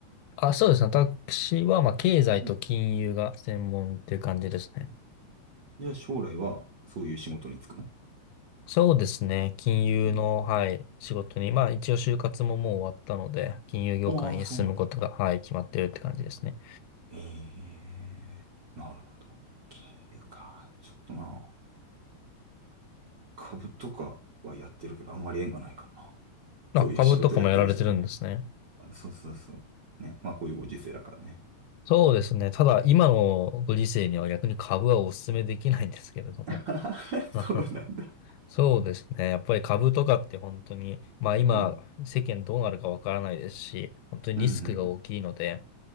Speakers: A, on the left; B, on the right.
A: あ、そうですね。私は、まあ、経済と金融が専門っていう感じですね。
B: うんじゃあ将来はそういう仕事に就くの
A: そうですね。金融の、
B: うん
A: はい、仕事に、まあ、一応就活ももう終わったので、金融業界に進むことが、
B: ああ、そうなんだ。
A: はい、決まってるって感じですね。
B: ええーなるほど。金融か。ちょっとな、株とかはやってるけど、あんまり縁がないからな。そういう仕事やってる人とね。
A: あ、株とかもやられてるんですね。
B: そうそうそう。ね。まあ、こういうご時世だからね。
A: そうですね。ただ、今のご時世には逆に株はお勧めできないんですけれども。
B: <laughs> そうなんだ。
A: <laughs> そうですね。やっぱり株とかって本当に、まあ今、
B: うん。
A: 世間どうなるかわからないですし、本当にリスクが大きいので、
B: うんうんうん。